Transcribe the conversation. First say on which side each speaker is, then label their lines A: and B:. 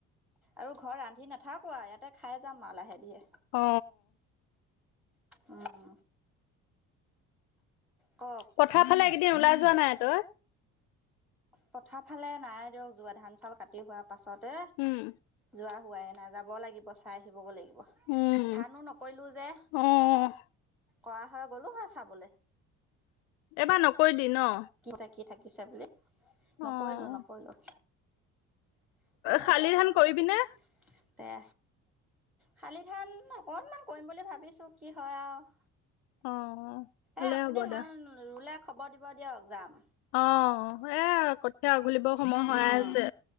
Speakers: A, in the centre; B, on the left (about 80°).
A: আৰু ঘৰ ৰান্ধি নাথাকোঁ আৰু ইয়াতে খাই যাম আঁ লাহে দিহে-
B: অ
A: উম। কওক
B: কথা ভালে কেইদিন ওলাই যোৱা নাই তই-
A: পথাৰ ফালে নাই দিয়ক যোৱা ধান চাউল কাটি হোৱা। পাছতে
B: উম,
A: যোৱা হোৱাই। নাযাব লাগিব চাই আহিবগৈ লাগিব।
B: উম,
A: ধানো নকৰিলোঁ যে।
B: অ',
A: কৰা হয় গ'লো হয় চাবলৈ-
B: এবাৰ নকৈ দি ন-
A: কি হৈছে কি থাকিছে বোলে নকৰিলো
B: অ',
A: নকৰিলো- <inaudible>
B: শালি ধান কৰিবিনে?
A: দে শালি ধান অকনমান কৰিম বুলি ভাবিছো কি হয় আৰু-
B: অ', ভালে
A: এ আপুনি
B: হ'ব
A: ধান
B: দে।
A: ৰুলে- খবৰ দিব দিয়ক যাম
B: অ এ কথিয়া উঘালিবৰ সময় হইয়ে
A: উম
B: আছে